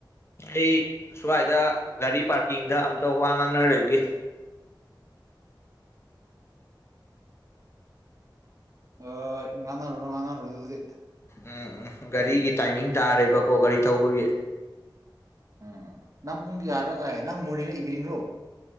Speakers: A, on the left (about 30°); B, on the right (about 40°).
A: ꯑꯩ ꯁ꯭ꯋꯥꯏꯗ ꯒꯥꯔꯤ ꯄꯥꯔꯀꯤꯡꯗ ꯑꯝꯇ ꯋꯥ ꯉꯥꯡꯅꯔꯒꯦ
B: ꯍꯣꯢ ꯉꯥꯟꯅꯔꯨꯔꯣ ꯉꯥꯡꯅꯔꯨꯔꯣ ꯑꯗꯨꯗꯤ
A: ꯎꯝ ꯎꯝ ꯒꯥꯔꯤꯒꯤ ꯇꯥꯏꯃꯤꯡ ꯇꯥꯔꯦꯕꯀꯣ ꯒꯥꯔꯤ ꯊꯧꯕꯒꯤ
B: ꯎꯝ ꯅꯪ ꯄꯨꯡ ꯀꯌꯥꯗ ꯉꯥꯏ ꯅꯪ ꯃꯣꯔꯅꯤꯡꯂ ꯏꯚꯤꯅꯤꯡꯔꯣ